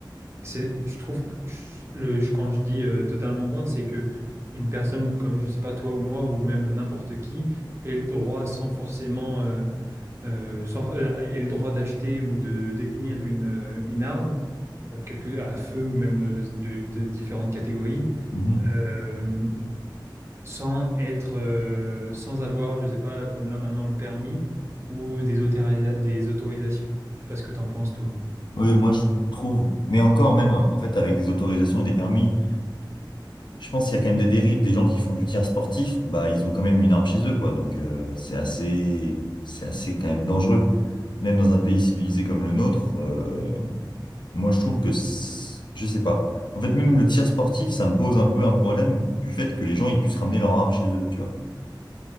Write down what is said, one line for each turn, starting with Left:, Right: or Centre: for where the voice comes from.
Right: c'est, je trouve que je- le, je- quand je dis euh, totalement contre, c'est que une personne comme, je sais pas, toi ou moi ou même n'importe qui ait le droit sans forcément, euh, euh, sans- euh, ait le droit d'acheter ou de détenir une, euh, une arme, euh, quelque, à feu ou même euh, de, de différentes catégories.
Left: Mhm.
Right: Euh, sans être, euh, sans avoir, je sais pas, comme là maintenant le permis ou des, autorisa- des autorisations. Je sais pas ce que t'en penses toi.
Left: Oui, moi je trouve, mais encore même, en fait, avec des autorisations et des permis, je pense qu'il y a quand même des dérives, des gens qui font du tir sportif, bah ils ont quand même une arme chez eux, quoi. Donc euh, c'est assez, c'est assez quand même dangereux. Même dans un pays civilisé comme le nôtre, euh, moi je trouve que, c'est- je sais pas. En fait, même le tir sportif, ça me pose un peu un problème du fait que les gens ils puissent ramener leur arme chez eux, tu vois.